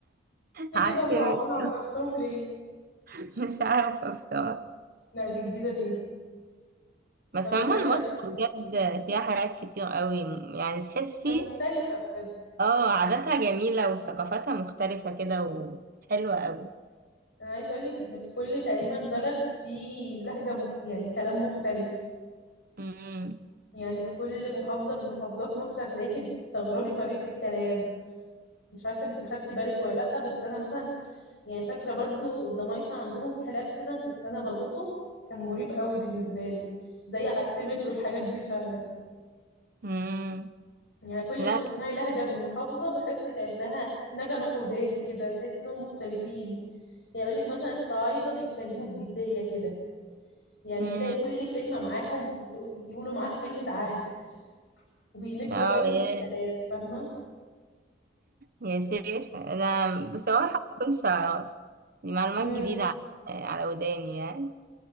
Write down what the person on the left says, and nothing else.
ليه
كده مصعبين على نفسهم ليه
لا دي جديدة دي
طب
انا عايزة أعرف.
هي مختلفة بجد
انا عايزه اقول لك ان في كل تقريبا بلد في لهجه مخت... يعني كلام مختلف
يعني في كل محافظه من محافظات مصر هتلاقيكي بتستغربي طريقه الكلام مش عارفه انت خدتي بالك ولا لا بس انا مثلا يعني فاكره برضو الدمايطه عندهم كلام كده كنت انا بلقطه كان مريب قوي بالنسبه لي زي عتمت والحاجات دي فعلا
يعني كل
ما تسمعي لهجه من محافظه بحس كانها نغمه في وداني كده تحس انهم مختلفين يعني يقول لك مثلا الصعايده بيتكلموا بجديه كده يعني
تلاقي كل كلمة معاهم تقول- يقولوا معاها كلمة عهد وبيمدوا
قوي في الكلام فاهمة
امم